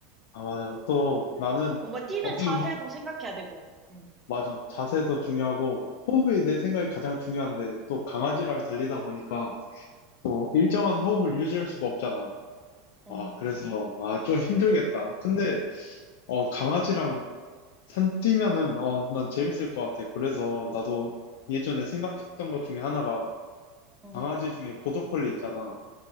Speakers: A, on the left; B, on the right.
A: 아, 맞아. 또 나는
B: 뭔가 뛰는
A: 어떻게
B: 자세도
A: 보면,
B: 생각해야 되고, 응,
A: 맞아. 자세도 중요하고, 호흡이 내 생각이 가장 중요한데, 또 강아지랑 달리다 보니까, 또 일정한 호흡을 유지할 수가 없잖아.
B: 응,
A: 아, 그래서, 아, 좀 힘들겠다. 근데, 어, 강아지랑 산 뛰면은, 어, 난 재밌을 것 같아. 그래서 나도 예전에 생각했던 것 중에 하나가,
B: 응,
A: 강아지 중에 보더콜리 있잖아.